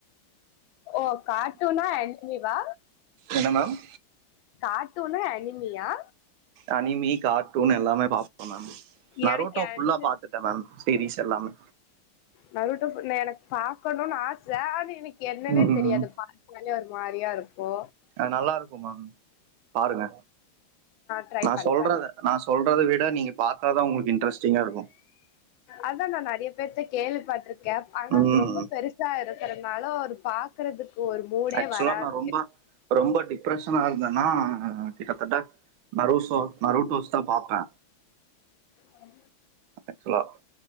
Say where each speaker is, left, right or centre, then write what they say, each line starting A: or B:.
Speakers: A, on the left; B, on the right.
A: ஓ கார்டூனா அனிமிவா
B: என்ன மேம்
A: கார்ட்டூனா அனிமியா
B: அனிமி கார்ட்டூன் எல்லாமே பாப்ப நானு நரோட்டோ
A: எனக்கு அனிமி
B: ஃபுல்லா பாத்துட் ட மேம் சீரீஸ் எல்லாமே
A: நரோட்டோ ஃபுல்ல எனக் பாக்கணுனு ஆச ஆனா எனக்கு என்னன்னே
B: ம்,
A: தெரியாது பா தனியா ஒரு மாரியா இருக்கு
B: அது நல்லா இருக்கு மேம் பாருங்க
A: ட்ரை
B: நா
A: பண்றே
B: சொல்றத நா சொல்றத விட நீங்க பார்த்தாத உங்களுக்கு இன்டரஸ்டிங்கா இருக்கு
A: அதுதா நா நறைய பேத்த கேள்விப்பட்டுருக்கே ஆனா
B: ம்
A: அது ரொம்ப பெருசா இருக் கறனால அது பாக்குறதுக்கு ஒரு மூடே
B: ஆக்சுவலா
A: வராது
B: நா ரொம்ப ரொம்ப டிப்ரஷனா இருந்தன்னா கிட்டத்தட்ட நறுசோ நறுடோஸ் தா பார்ப்ப
A: ஆமா
B: ஆக்சுவலா